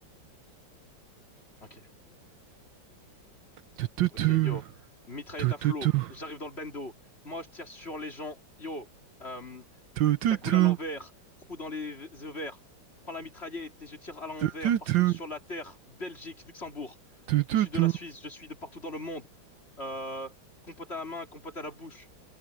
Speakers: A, on the left; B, on the right.
A: Ok.
B: ok.
A: Ok,
B: Tout
A: yo, mitraillette à
B: tout
A: flot,
B: tout
A: j'arrive dans le bando, moi je tire sur les gens, yo, euh,
B: tout tout
A: cagoule
B: tout
A: à l'envers, trou dans les v- ovaires, je prends la mitraillette et je tire à l'envers,
B: tout
A: partout
B: tout
A: sur la terre, Belgique, Luxembourg,
B: tout tout
A: je suis
B: tout
A: de la Suisse, je suis de partout dans le monde, euh, compote à la main, compote à la bouche,